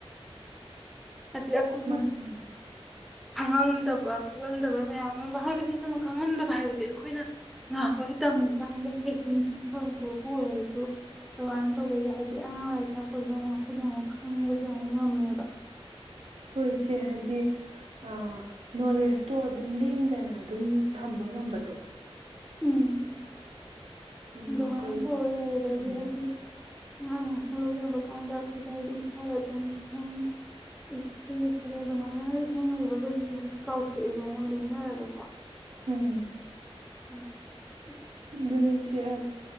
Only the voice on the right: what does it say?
ꯃꯥꯅꯦ ꯃꯥꯅꯦ
ꯍꯣꯏ ꯏꯆꯦ ꯍꯥꯏꯗꯤ ꯑ ꯅꯣꯂꯦꯖꯇꯣ ꯑꯗꯨꯝ ꯂꯦꯡꯗꯅ ꯑꯗꯨꯝ ꯊꯝꯕ ꯉꯝꯕꯗꯣ
ꯑꯗꯨꯝ
ꯑꯩꯈꯣꯏ
ꯎꯝ
ꯎꯝ
ꯗꯨꯅꯤ ꯆꯦ ꯍꯥꯏ